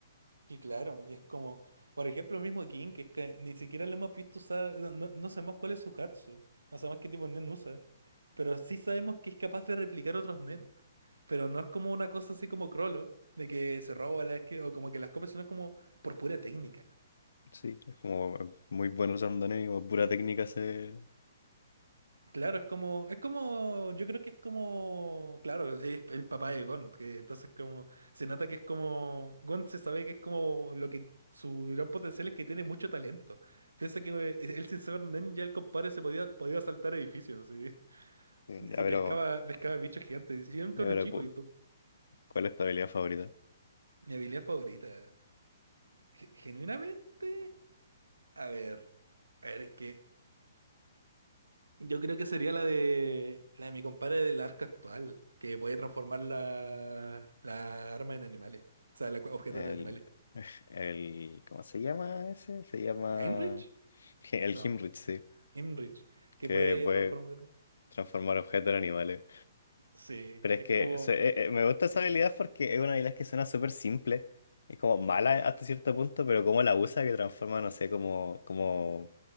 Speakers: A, on the right; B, on the left.
A: Y claro, y es como, por ejemplo, el mismo King, que es que ni siquiera le hemos visto usar, no, no- no sabemos cuál es su Hatsu, no sabemos qué tipo de Nen usa. Pero sí sabemos que es capaz de replicar otros Nen. Pero no es como una cosa así como Crollo, de que se roba las que, o como que las copia, sino es como por pura técnica.
B: Sí, es como muy bueno usando nen y como pura técnica se...
A: Claro, es como, es como, yo creo que es como, claro, es el papá de Gon, que entonces como, se nota que es como, Gon se sabe que es como lo que, su gran potencial es que tiene mucho talento. Piensa que eh, él sin saber Nen ya el compadre se podía, podía saltar edificios, sí.
B: Ya,
A: Y
B: pero,
A: pescaba, pescaba bichos gigantes, y era un cabrón
B: ya, pero,
A: chico,
B: ¿cu-
A: y todo
B: ¿cuál es tu habilidad favorita?
A: mi habilidad favorita. Ge- Genuinamente, a ver, a ver, es que yo creo que sería la de la de mi compadre del arca actual, que puede transformar la, la arma en animales, o sea, el objeto
B: El,
A: en animales.
B: <laughs> el, ¿cómo se llama ese? Se llama
A: ¿Heinrich?
B: <laughs> el
A: No,
B: Himrich, sí,
A: Heinrich, que
B: que
A: puede
B: puede
A: transformar.
B: transformar objetos en animales.
A: Sí,
B: Pero
A: es
B: es que
A: como,
B: se- eh, eh, me gusta esa habilidad porque es una habilidad que suena súper simple. Es como mala hasta cierto punto, pero como la usa que transforma, no sé, como, como